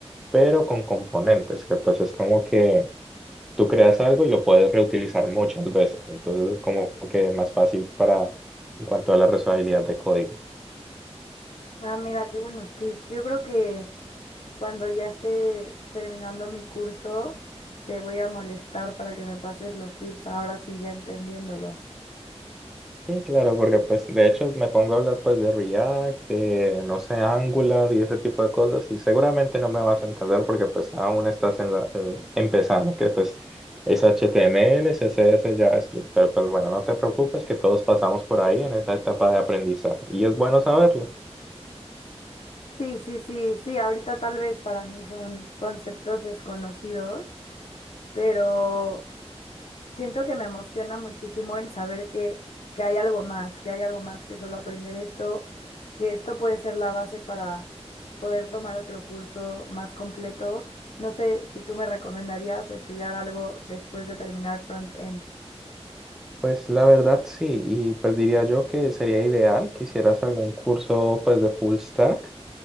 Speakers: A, in the centre; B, on the left (about 65°).
A: pero con componentes, que pues es como que tú creas algo y lo puedes reutilizar muchas veces, entonces es como que más fácil para en cuanto a la reusabilidad de código.
B: Ah, mira, qué buenos tips. Yo creo que cuando ya esté terminando mi curso, te voy a molestar para que me pases los tips, ahora sí ya entendiéndolo.
A: Sí, claro, porque pues de hecho me pongo a hablar pues de React, de no sé, Angular y ese tipo de cosas y seguramente no me vas a entender porque pues aún estás en la, eh, empezando, que pues es HTML, CSS, JavaScript, pero pues bueno, no te preocupes que todos pasamos por ahí en esa etapa de aprendizaje y es bueno saberlo.
B: Sí, sí, sí, sí, ahorita tal vez para mí son conceptos desconocidos, pero... Siento que me emociona muchísimo el saber que, que hay algo más, que hay algo más que solo aprender esto, que esto puede ser la base para poder tomar otro curso más completo. No sé si tú me recomendarías estudiar algo después de terminar front-end.
A: Pues la verdad sí, y pues diría yo que sería ideal que hicieras algún curso pues de full stack,